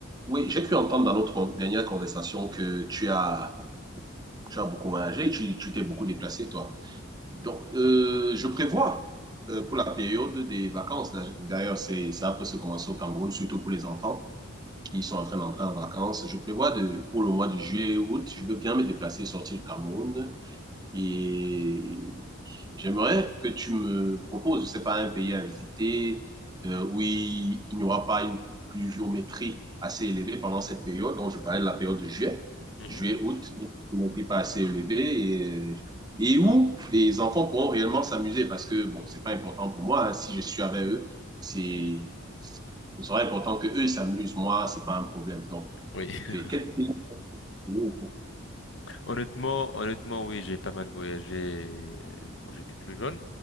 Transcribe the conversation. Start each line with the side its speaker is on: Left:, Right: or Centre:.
Right: Oui, j'ai cru entendre dans notre dernière conversation que tu as, tu as beaucoup voyagé, tu, tu t'es beaucoup déplacé, toi. Donc, euh, je prévois euh, pour la période des vacances, d'a- d'ailleurs, c'est, ça peut se commencer au Cameroun, surtout pour les enfants qui sont en train d'entrer en vacances. Je prévois de, pour le mois de juillet et août, je veux bien me déplacer, sortir du Cameroun, et j'aimerais que tu me proposes, je sais pas, un pays à visiter euh, où il, il n'y aura pas une pluviométrie assez élevée pendant cette période. Donc, je parlais de la période de juillet,
Left: Mhm,
Right: juillet, août, une pluviométrie pas assez élevée et, euh, et où les enfants pourront réellement s'amuser parce que, bon, c'est pas important pour moi. hein. si je suis avec eux, c'est,
Left: mhm.
Right: ce sera important que eux ils s'amusent. Moi, c'est pas un problème. Donc,
Left: Oui, <laughs>
Right: que- quel pays? Ouais,
Left: Honnêtement, honnêtement, oui, j'ai pas mal voyagé euh, quand j'étais plus jeune.